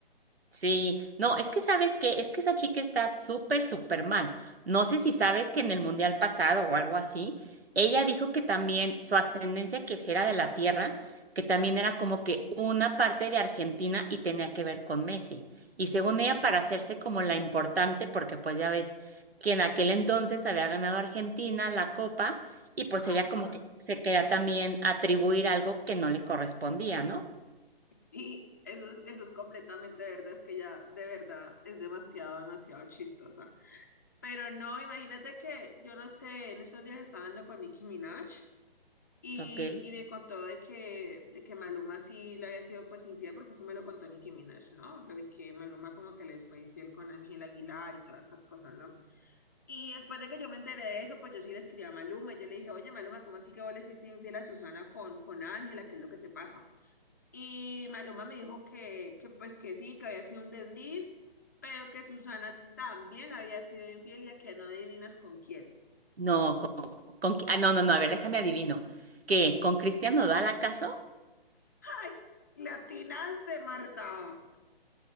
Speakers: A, on the right; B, on the left.
A: Sí, no, es que sabes que, es que esa chica está súper, súper mal. No sé si sabes que en el mundial pasado o algo así, ella dijo que también su ascendencia que si era de la tierra, que también era como que una parte de Argentina y tenía que ver con Messi. Y según ella, para hacerse como la importante, porque pues ya ves que en aquel entonces había ganado Argentina la copa y pues
B: Ajá.
A: ella como que se quería también atribuir algo que no le correspondía, ¿no?
B: Sí, eso es, eso es completamente verdad, es que ella de verdad es demasiado, demasiado chistosa. Pero no, imagínate que yo no sé, en estos días estaba hablando con Nicki Minaj y,
A: Ok.
B: y me contó de que, de que Maluma sí le había sido pues infiel, porque eso me lo contó Nicki Minaj, ¿no? Lo de que Maluma como que les fue infiel con Ángel Aguilar y todas estas cosas, ¿no? Y después de que yo me enteré de eso, pues yo sí le escribí a Maluma y yo le dije, oye Maluma, ¿cómo así que vos le fuiste infiel a Susana con, con Ángela? ¿Qué es lo que te pasa? Y Maluma me dijo que, que pues que sí, que había sido un desliz, pero que Susana también había sido infiel y a que no adivinas con quién.
A: No, con, con- ah, no, no, no, a ver, déjame adivino. ¿Qué? ¿Con Cristiano Nodal acaso?
B: ¡Ay! ¡Latinaste, Marta!